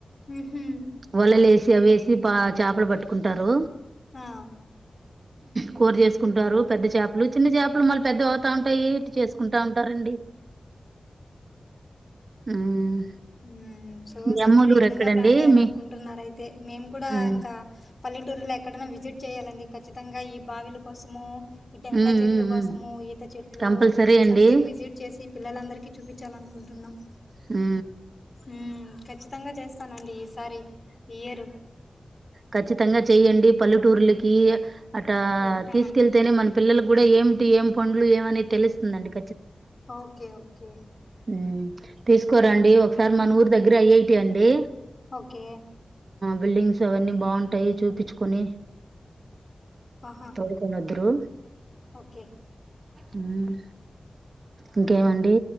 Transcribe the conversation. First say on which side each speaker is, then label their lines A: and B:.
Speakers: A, on the left; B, on the right.
A: ఉహు
B: వలలేసి అవి వేసి పా చేపలు పట్టుకుంటారు.
A: ఆ
B: కూర చేసుకుంటారు పెద్ద చేపలు చిన్న చేపలు మళ్ళీ పెద్ద అవుతా ఉంటాయి ఇ చేసుకుంటా ఉంటారండి. మ్మ్
A: ఉం సో
B: మీ
A: సమ్మర్
B: అమ్మోల్లూరు
A: ఈ విధంగా
B: ఎక్కడండి
A: ప్లాన్ చేయాలనుకుంటున్నారు
B: మీ
A: అయితే మేము కూడా
B: మ్మ్
A: ఇంకా పల్లెటూరుల్లో ఎక్కడైనా విజిట్ చేయాలా అండి ఖచ్చితంగా ఈ బావిల కోసము ఈ టెంకాయ
B: మ్మ్
A: చెట్లు
B: మ్మ్
A: కోసము
B: మ్మ్
A: ఈత చెట్లు
B: కంపల్సరీ అండి
A: సంథింగ్ విజిట్ చేసి పిల్లలందరికీ చూపించాలిఅనుకు కుంటున్నాం
B: ఆ
A: ఉం ఖచ్చితంగా చేస్తానండి ఈసారి ఈ ఇయరు
B: ఖచ్చితంగా చెయ్యండి పల్లెటూర్లకి అట్టా
A: వెళ్తామండి
B: తీసుకెళ్తేనే మన పిల్లలకు కూడా ఏమిటి ఏం పండ్లు ఏమనేది తెలుస్తుందండి
A: ఓకే ఓకే
B: ఉమ్మ్ తీసుకోరండి ఒకసారి మన ఊరు దగ్గర అయి అయి టీ అండి
A: ఓకే
B: బిల్డింగ్స్ అవన్నీ బాగుంటాయి చూపించుకొని
A: ఆహా
B: తోడ్కోని వద్దూరు
A: ఓకే
B: ఉమ్మ్ ఇంకేమండి